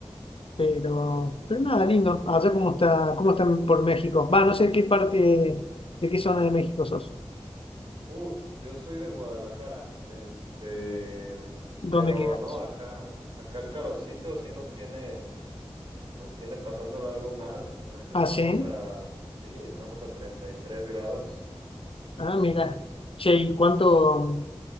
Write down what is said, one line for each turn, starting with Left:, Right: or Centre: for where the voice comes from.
Left: Pero, pero nada, lindo. Allá cómo está, cómo están por México. Va, no sé qué parte, de qué zona de México sos.
Right: Uh, yo soy de Guadalajara, este,
Left: ¿Dónde
Right: pero
Left: quedas?
Right: no, acá, acá el calorcito sí nos tiene, nos tiene pasándolo algo mal. Ahorita
Left: Ah,
Right: estamos
Left: sí.
Right: a, sí, estamos a 33 grados.
Left: Ah, mira. Che, ¿y cuánto,